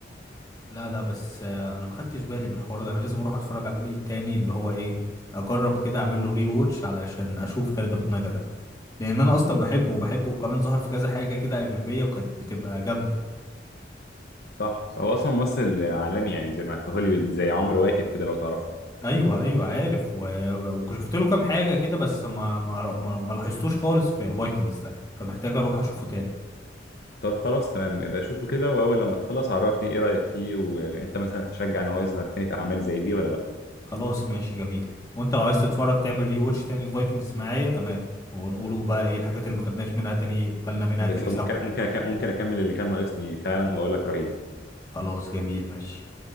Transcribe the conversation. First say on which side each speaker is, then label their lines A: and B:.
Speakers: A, on the left; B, on the left.
A: لا لا بس آه، انا ما خدتش بالي من الحوار ده انا لازم اروح اتفرج عليه تاني اللي هو ايه اجرب كده اعمل له ري ووتش علشان اشوف خالد ابو النجا ده لان انا اصلا بحبه وبحبه وكمان ظهر في كذا حاجه كده اجنبيه وكانت بتبقى جامده
B: صح هو اصلا ممثل عالمي يعني زي ما في هوليوود زي عمرو واكد كده لو تعرف
A: ايوه ايوه عارف و... وشفت له كام حاجه كده بس ما ما ما, ما لاحظتوش خالص في فايكنجز ده فمحتاج اروح اشوفه تاني
B: طب خلاص تمام يبقى شوفه كده واول لما تخلص عرفني ايه رايك فيه وانت مثلا تشجع ان هو يظهر تاني في اعمال زي دي ولا لا
A: خلاص ماشي جميل وانت لو عايز تتفرج تعمل ري واتش تاني الفايكنجز معايا تمام ونقولوا بقى ايه الحاجات اللي ما خدناش منها تاني بالنا منها
B: بالظبط
A: تاني سوا
B: ممكن ممكن أك- ممكن اكمل اللي كان ناقصني فعلا واقول لك رايي
A: خلاص جميل ماشي